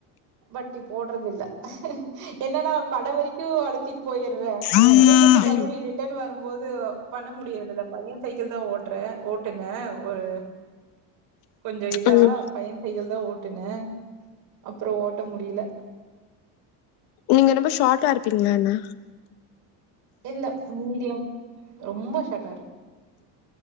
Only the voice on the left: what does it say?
ம்.
ம்
நீங்க ரொம்ப ஷாட்டா இருப்பீங்ளா என்ன